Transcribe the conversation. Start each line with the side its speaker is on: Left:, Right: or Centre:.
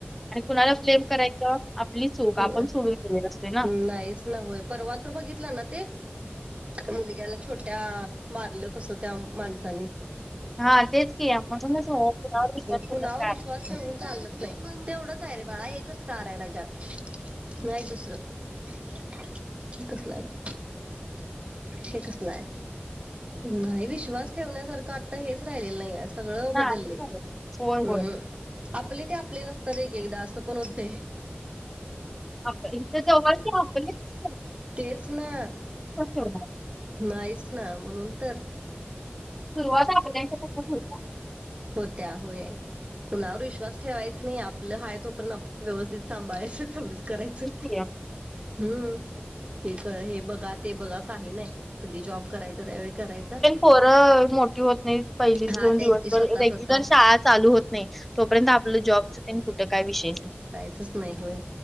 Centre: आणि कुणाला ब्लेम करायच्यां आपली चूक
Right: होय
Centre: आपण सोडून गेलेली असते. ना
Right: नाहीच नावे परवा तर बघितला ना ते? मुलग्याला छोट्या मारलं कसं त्या माणसानी
Centre: हातेच की म्हणूनच कुणावर विश्वास
Right: कुणावर
Centre: ठेवण्यात काय
Right: विश्वास
Centre: अर्थ
Right: ठेवून चाललच नाही तेवढच आहे. रे बाळा एकच स्टार आहे. राजा नाही दुसरं हे कसलं आहे. ब हे कसलंय नाही विश्वास ठेवण्यासारखं आता हेच राहिलेलं नाही. आहे सगळं
Centre: नाही
Right: बदलले
Centre: नाही चालत होय
Right: हम्
Centre: होय
Right: हम आपले ते आपले नसतात. एक एकदा असं पण होत.
Centre: आप इथे जवळ क आपलेच
Right: तेच ना
Centre: ह
Right: नाहीच ना म्हणून तर
Centre: सुरुवात आपल्याच्या होत.
Right: होत्या होय कुणावर विश्वास ठेवायच नाही. आपलं हा तोपर्यंत आपण व्यवस्थित सांभाळायचं तेवढच करायचं
Centre: की
Right: हम् ते हे बघा ते बघा काही नाही कधी जॉब करायचा त्यावेळी करायचा
Centre: फोरं मोठी होत नाही पहिली
Right: हा
Centre: दोन
Right: त्यांची
Centre: दिवस
Right: स्वतः
Centre: रेग्युलर
Right: स्वतः
Centre: शाळा चालू होत नाही. तोपर्यंत आपलं जॉबच त्यांनी कुठं काय विशेष नाही.
Right: च नाही होय